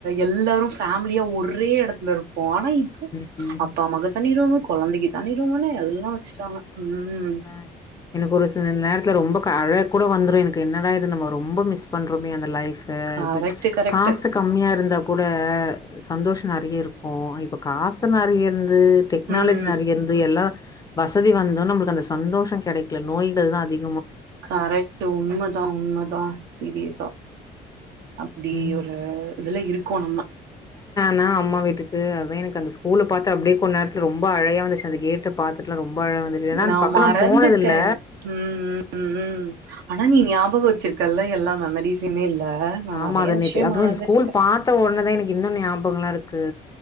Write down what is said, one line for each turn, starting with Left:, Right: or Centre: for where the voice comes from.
Right: எல்லாரும் ஃபேமிலியா ஒரே இடத்துல இருப்போம் னா இப்போ
Left: ம் ம்.
Right: அப்பா அம்மாக்கு தனி ரூம் குழந்தைக்கு தனி ரூம் னு எல்லாம் வச்சுட்டாங்க ம்
Left: அஹ் எனக்கு ஒரு சிலநேரத் ரொம்ப அழ கூட வந்துரும் எனக்கு என்னடாது நம்ம ரொம்ப மிஸ் பண்றோமே அந்த லைப் சா
Right: கரெக்ட்டு கரெக்ட்டு
Left: காசு கம்மியா இருந்தா கூட சந்தோஷம் நிறைய இருக்கு இப்போ காசு நிறைய இருந்த ந்து டெக்னாலஜி
Right: ம்
Left: நிறையந்து எல்லா வசதி வந்து நம்மளுக் அந்த சந்தோஷ கிடைக்கல நோய்கள் தான் அதிக
Right: கரெக்ட்டு உண்மதான் உண்மதான் சீரியஸா அப்படி
Left: ம்
Right: ஒரு இதுல இருக்கோம் நம்ம
Left: ந அம்மா வீட்டுக்கு அதான் எனக்கு அந்த ஸ்கூல பாத்து அப்படியே கொன் நேரத்து ரொம்ப அழையா வந்துச்சு அந்த கேட்ட பாத்துட்டு ரொம்ப அழ வந்துச்சு ஏன்னா அந்த
Right: நான்
Left: பக்கோ
Right: மறந்துட்டேன்
Left: நா போனதில்ல
Right: உஹம் உம் உம் ஆனா நீ ஞாபகம் வச்சிரு க்கல்லாம் எல்லா மெமரரிஸ்ஸுமே இல்ல நா
Left: ஆமா
Right: நெறைய
Left: த நேத்து
Right: விஷயம்
Left: அதுவும்
Right: மறந்துட்டே
Left: ஸ்கூல் பாத்த உடனதான் எனக்கு இன்னும் ஞாபகங்கள்லாம் இருக்கு